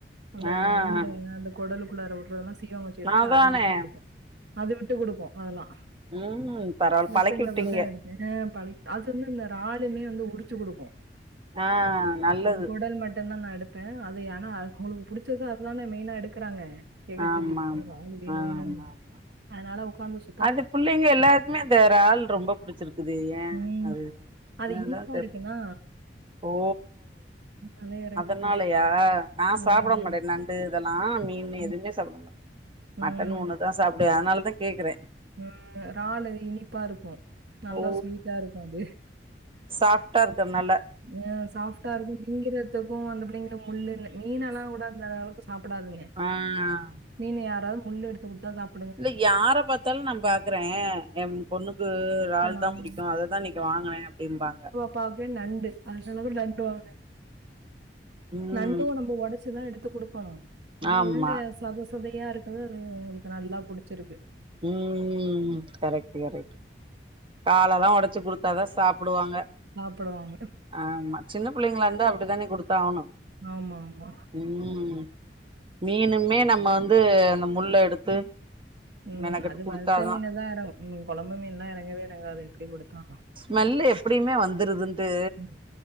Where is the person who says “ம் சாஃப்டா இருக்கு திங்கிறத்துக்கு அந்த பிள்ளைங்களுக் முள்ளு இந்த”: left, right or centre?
Right